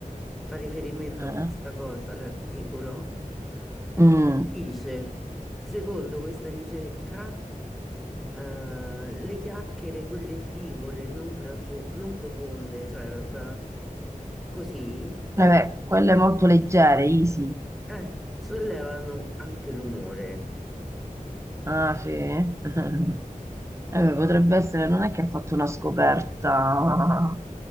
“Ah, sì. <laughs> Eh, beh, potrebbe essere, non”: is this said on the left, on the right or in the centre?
Right